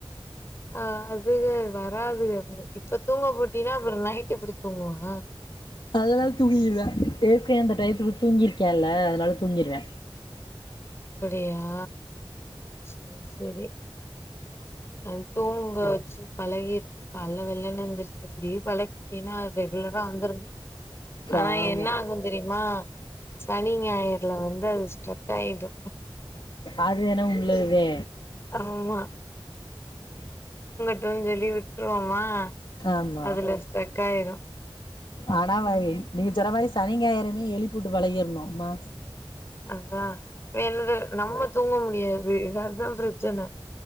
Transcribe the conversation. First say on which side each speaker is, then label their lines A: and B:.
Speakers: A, on the left (about 30°); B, on the left (about 60°).
A: ஆ அதுக வராதுக எப்பவு இப்ப தூங்க போட்டயினா அப்புறோ நைட் எப்படி தூங்குவா?
B: அதல்லா தூங்கிருவா ஏற்கனவே அந்த டயத்துக்கு தூங்கிருக்கான்ல அதனால தூங்கிருவா
A: அப்டியா செரி செரி அ தூங்க வச்சு பழகிரு காலைல வெள்ளன்னு எந்திருச்சு இப்டியே பழ கினா ரெகுலரா வந்திரும் ஆனா
B: ஆமா
A: என்ன ஆகும் தெரியுமா சனி ஞாயிறுல வந்து அது ஐ தோ
B: அது வேணா உள்ளதுதா
A: ஆமா ம் சொல்லி விட்டுருவோமா
B: ஆமா
A: அதுல ஸ்ட்ரக் ஆயிரும்
B: ஆனா <unintelligible> நீங்க சொன்னா மாரி சனி ஞாயிறுமே எழு ப்பிவிட்டு பழகிடனும் மா
A: அதான் வேறது நம்ம தூங்க முடியாது அதான் பிர ச்சனை